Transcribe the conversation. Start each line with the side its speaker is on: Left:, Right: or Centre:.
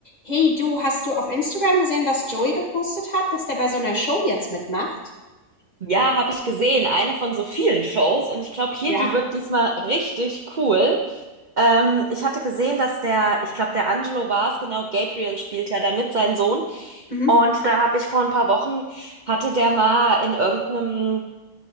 Left: Hey du, hast du auf Instagram gesehen, was Joey gepostet hat, dass der bei so einer Show jetzt mitmacht?
Right: Ja, habe ich gesehen. Eine von so vielen Shows. Und ich glaube, hier,
Left: Ja.
Right: die wird diesmal richtig cool. Ähm, ich hatte gesehen, dass der, ich glaube, der Angelo war es, genau, Gabriel spielt ja damit, sein Sohn.
Left: Mhm.
Right: Und da habe ich vor ein paar Wochen, hatte der mal in irgendeinem